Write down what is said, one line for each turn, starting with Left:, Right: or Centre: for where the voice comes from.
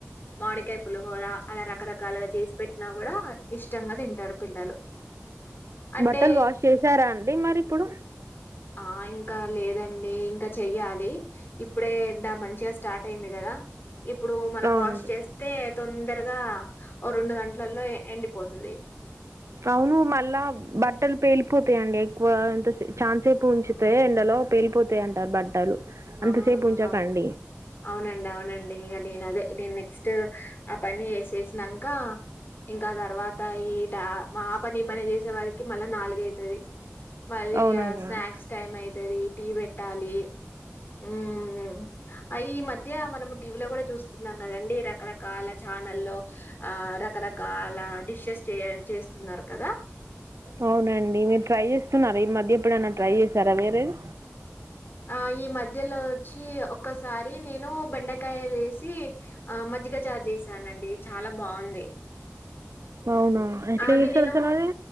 Left: మామిడికాయ పులిహోర అలా రకరకాలుగా చేసి పెట్టినా కూడా ఇష్టంగా తింటరు పిల్లలు. అంటే
Right: బట్టలు వాష్ చేసారా అండి మరి ఇప్పుడు
Left: ఆ ఇంకా లేదం ండి ఇంకా చెయ్యాలి. ఇప్పుడే ఎండా మంచిగా స్టార్ట్ అయింది కదా. ఇప్పుడు మనం
Right: అవును
Left: వాష్ చేస్తే తొందరగా ఓ రెండు గంటలల్లో ఎండి పోతది.
Right: అవును మళ్ళా బట్టలు పేలిపోతయండి ఎక్కువ అంత సేపు ఛాన్స్ సేపు ఉంచితే ఎండలో పేలిపోతయంటా బ అంతసేపు
Left: ఆ
Right: ఉంచకండి.
Left: అవు అవునండి అవునండి ఇగా నేను అదే నేను నెక్స్ట్ ఆ పని చేసేసినంకా ఇంకా తర్వాత ఈట ఆ పని పని చేసే వారికి మళ్ళా నాలుగైతది. మళ్ళీ
Right: అవునయ్యా
Left: ఇగా స్నాక్స్ టైమ్ అయితది టీ పెట్టాలి హుహ్ ఈ మధ్య మనము టీవీలో కూడా చూస్తున్నాం కదండి రకరకాల ఛానల్లో ఆ రకరకాల డిషెస్ చే చేస్తున్నారు కదా.
Right: అవునండి మీరు ట్రై చేస్తున్నారా ఈ మధ్య ఎప్పుడన్నా ట్రై చేశారా వేరేవి.
Left: ఆ ఈ మధ్యలో వచ్చి ఒక్కసారి నేను బెండకాయలు వేసి ఆ మజ్జిగ చారు చేశానండి చాలా బాగుంది.
Right: అవునా ఎట్లా
Left: అదినేను
Right: చేస్తారు అసలు అది